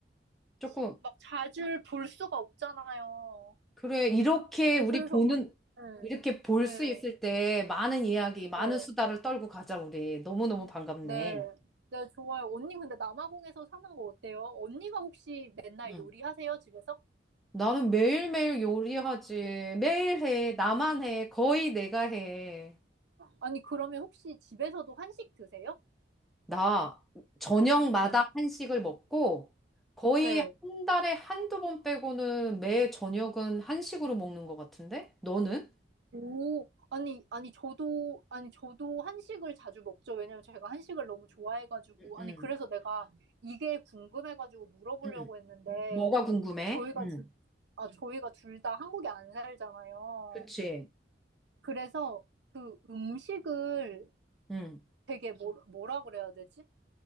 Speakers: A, in the centre; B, on the right.
A: 조금,
B: 시- 막 자주 볼 수가 없잖아요.
A: 그래. 이렇게
B: 아니
A: 우리
B: 그래서,
A: 보는,
B: 어, 네,
A: 이렇게 볼
B: 네,
A: 수 있을 때 많은 이야기, 많은
B: 네,
A: 수다를 떨고 가자, 우리. 너무너무 반갑네.
B: 네, 네, 좋아요. 언니, 근데 남아공에서 사는 거 어때요? 언니가 혹시 맨날
A: 응.
B: 요리하세요, 집에서?
A: 나는 매일매일 요리하지. 매일 해. 나만 해. 거의 내가 해.
B: 아니, 그러면 혹시 집에서도 한식 드세요?
A: 나 저녁마다
B: 네,
A: 한식을 먹고 거의
B: 네.
A: 한 달에 한두 번 빼고는 매 저녁은 한식으로 먹는 것 같은데? 너는?
B: 오, 아니, 아니, 저도, 아니, 저도 한식을 자주 먹죠. 왜냐면 제가 한식을 너무 좋아해가지고.
A: 응
B: 아니, 그래서 내가 이게 궁금해가지고 물어보려고
A: 응
B: 했는데,
A: 뭐가 궁금해?
B: 저희가,
A: 응
B: 둘- 아, 저희가 둘 다 한국에 안 살잖아요.
A: 그치.
B: 그래서 그 음식을
A: 응
B: 되게 뭐, 뭐라 그래야 되지?